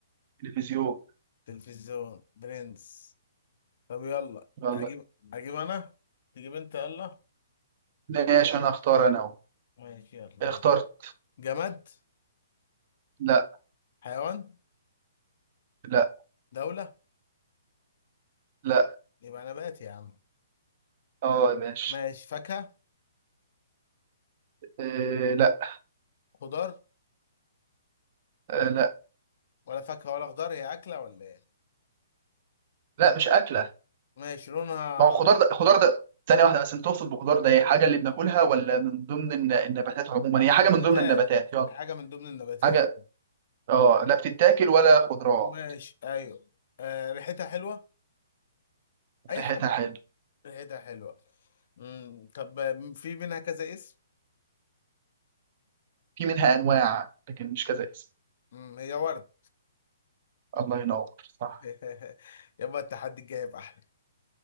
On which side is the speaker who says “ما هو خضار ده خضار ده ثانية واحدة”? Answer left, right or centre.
Right